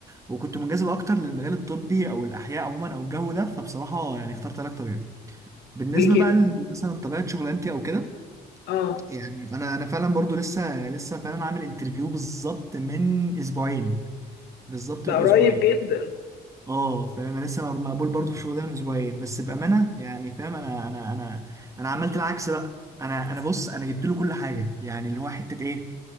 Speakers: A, on the right (about 20°); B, on the left (about 80°).
A: وكنت منجذب اكتر للمجال الطبي او الاحياء عموما او الجو ده فبصراحه يعني اخترت علاج طبيعي بالنسبه
B: ليه كده؟
A: بقى ل- مثلا طبيعه شغلانتي او كده
B: آه
A: يعني انا انا فعلا برضو لسه لسه فعلا عامل انترفيو بالظبط من اسبوعين بالظبط
B: ده
A: من
B: قريب
A: اسبوعين
B: جدا
A: اه فاهم انا لسه مر- مقبول برضو في الشغل ده من اسبوعين بس بامانه يعني فاهم انا انا انا انا عملت العكس بقى انا انا بص انا جبت له كل حاجه يعني اللي هو حته ايه